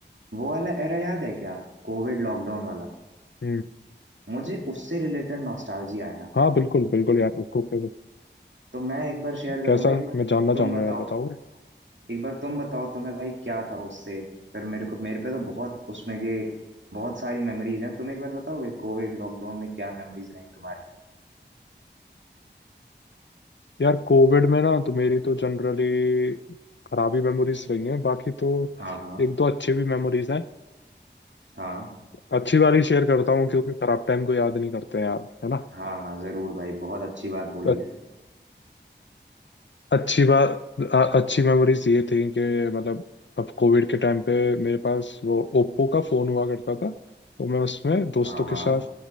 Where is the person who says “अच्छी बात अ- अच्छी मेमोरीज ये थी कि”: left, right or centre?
Left